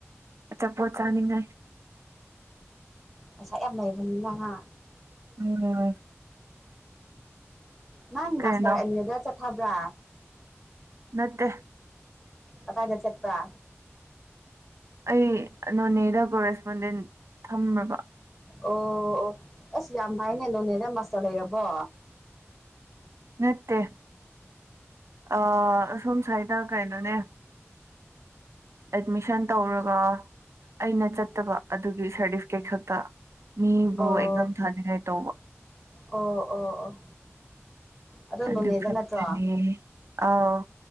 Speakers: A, on the right (about 70°); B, in the centre.
A: ꯑꯆꯥꯄꯣꯠ ꯆꯥꯅꯤꯡꯉꯥꯏ
B: ꯄꯩꯁꯥ ꯌꯥꯝ ꯂꯩꯕꯅꯤꯅ ꯍꯥ
A: ꯎꯝ
B: ꯅꯪ
A: ꯀꯩꯅꯣ
B: ꯃꯥꯁꯇꯔ ꯑꯅꯤꯌꯨꯗ ꯆꯠꯊꯕ꯭ꯔꯥ
A: ꯅꯠꯇꯦ
B: ꯀꯗꯥꯢꯗ ꯆꯠꯄ꯭ꯔ
A: ꯑꯩ ꯅꯣꯅꯦꯗ ꯀꯣꯔꯦꯁꯄꯣꯟꯗꯦꯟ ꯊꯝꯂꯕ
B: ꯑꯣ ꯑꯣ ꯑꯁ ꯌꯥꯝ ꯉꯥꯏꯅꯦ ꯅꯣꯅꯦꯗ ꯃꯥꯁꯇꯔ ꯂꯩꯔꯕꯣ
A: ꯅꯠꯇꯦ ꯑꯥ ꯑꯁꯣꯝꯁ꯭ꯋꯥꯏꯗ ꯀꯩꯅꯣꯅꯦ ꯑꯦꯠꯃꯤꯁꯟ ꯇꯧꯔꯒ ꯑꯩꯅ ꯆꯠꯇꯕ ꯑꯗꯨꯒꯤ ꯁꯥꯔꯇꯤꯐꯤꯀꯦꯠ ꯈꯛꯇ ꯃꯤꯕꯨ
B: ꯑꯣ
A: ꯑꯦꯛꯖꯝ ꯊꯅꯤꯡꯉꯥꯏ ꯇꯧꯕ
B: ꯑꯣ ꯑꯣ ꯑꯣ ꯑꯗꯣ ꯅꯣꯅꯦꯗ
A: ꯑꯗꯨ ꯐꯠꯇꯅꯦ
B: ꯅꯠꯇ꯭ꯔꯣ
A: ꯑꯧ